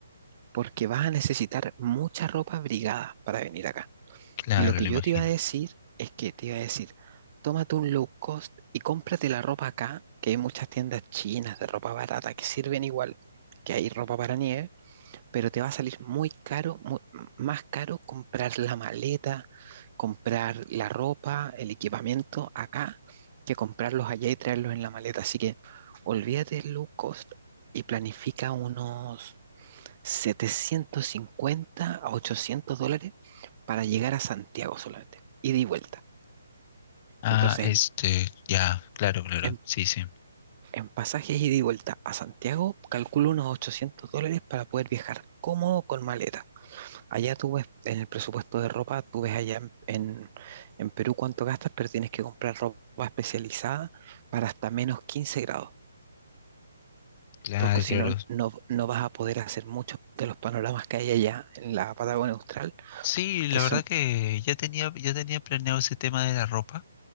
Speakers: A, on the right; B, on the left.
A: Porque vas a necesitar mucha ropa abrigada para venir acá.
B: Claro,
A: Y lo que
B: lo
A: yo
B: imagino.
A: te iba a decir es que te iba a decir, tómate un low cost y cómprate la ropa acá, que hay muchas tiendas chinas de ropa barata que sirven igual, que hay ropa para nieve, pero te va a salir muy caro, mu- más caro comprar la maleta, comprar la ropa, el equipamiento acá, que comprarlos allá y traerlos en la maleta. Así que olvídate del low cost y planifica unos 750 a 800 dólares para llegar a Santiago solamente, ida y vuelta.
B: Ah,
A: Entonces,
B: este,
A: en,
B: ya, claro, claro,
A: en-
B: sí, sí,
A: en pasajes ida y vuelta a Santiago, calculo unos 800 dólares para poder viajar cómodo con maleta. Allá tú ves en el presupuesto de ropa, tú ves allá en, en- en Perú cuánto gastas, pero tienes que comprar ropa especializada para hasta menos 15 grados,
B: claro,
A: porque si
B: claro.
A: no, no, no vas a poder hacer muchos de los panoramas que hay allá en la Patagonia Austral,
B: Sí, la
A: que son,
B: verdad que ya tenía, ya tenía planeado ese tema de la ropa,